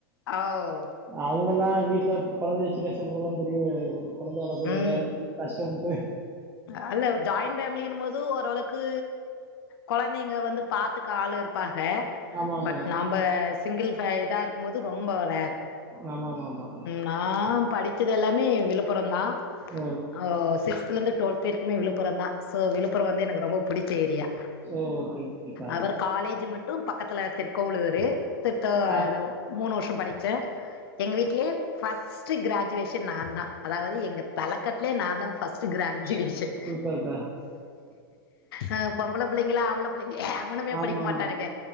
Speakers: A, on the left; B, on the right.
A: ஆவ்
B: அவுங்கெல்லா வீட்ல கொழந்த வெச்சு கஷ்டப்படுவோனு தெரிய கொழந்த வளக்க
A: ம்
B: எதோ கஷ்டபட்டு
A: அல்ல ஜாயின் பேஃபேமிலினும்போது ஓரளவுக்கு கொழந்தைங்க வந்து பாத்துக்க ஆள் இருப்பாங்க
B: ஆமாமா.
A: பட் நம்ப சிங்கிள் ஃபே இதா இருக்கும்போது ரொம்ப ரேர்
B: ஆமாமாமா
A: நா படிச்சது எல்லாமே விழுப்புரம்தான்
B: ஓ
A: ஓ சிக்ஸ்த்துலந்தே டுவல்த்து வரைக்குமே விழுப்புரம்தான் ஸோ விழுப்புரம் வந்து எனக்கு ரொம்ப புடிச்ச ஏரியா
B: ஓ! ஓகே, ஓகேக்கா.
A: அவர் காலேஜ் மட்டு பக்கத்துல திருக்கோவளூரு திருத்த
B: ஆ
A: மூணு வருஷோ படிச்ச எங்க வீட்லயே ஃபர்ஸ்ட்டு கிராஜுவேஷன் நான்தா அதாவது எங்க தளக்கட்லயே நான்தா ஃபர்ஸ்ட் கிராஜுவேஷன்
B: சூப்பர், சூப்பர்க்கா.
A: ஆ பொம்பள புள்ளைங்ளா ஆம்பள புள்ளைங்க எவனுமே
B: ஆமாமா.
A: படிக்க மாட்டானுங்க